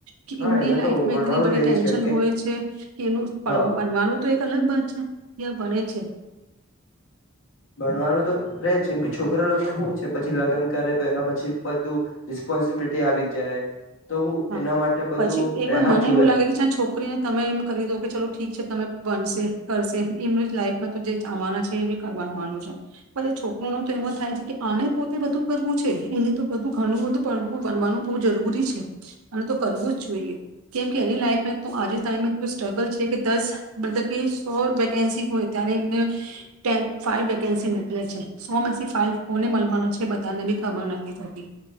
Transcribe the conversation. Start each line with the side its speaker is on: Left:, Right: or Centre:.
Right: કે
Left: હા
Right: એમની
Left: એને
Right: લાઈફમાં
Left: તો ભણવાનું
Right: એટલી બધી
Left: રેજ
Right: ટેન્શન
Left: કેમ કે
Right: હોય છે કે એમનું
Left: હા
Right: બનવાનું તો એક અલગ બાત છે. ક્યાં ભણે છે.
Left: ભણવાનું તો ર જ કેમ કે છોકરા લોકોને શું છે પછી લગ્ન કરે તો એના પછી બધું રિસ્પોન્સિબિલિટી આવી જાય. તો હું
Right: હા,
Left: એના માટે બધું
Right: પછી એવા
Left: પેહા
Right: મને
Left: જુએ
Right: એવું લાગે કે છોકરીને તમે એમ કરી દો કે ચાલો ઠીક છે તમે. બનશે કરશે એમને લાઈફમાં તો જે આવવાના છે એ બી કરવાનું વાનું છે પણ એ છોકરો ન તો એવો થાય છે કે આને પોતે બધું કરવું છે એને તો બધું ઘણું બધું પડવું બનવાનું બહુ જરૂરી છે. અને તો કરવું જ જોઈએ કેમ કે એની લાઈફ આજે ટ સ્ટ્રગલ છે કે દસ મતલ કે સો વેકેન્સી હોય ત્યારે એમને ફવ વેકેન્સી નીકળે છે. સો ફ કોને મળવા છે બધાને બી ખબર નથી થતી.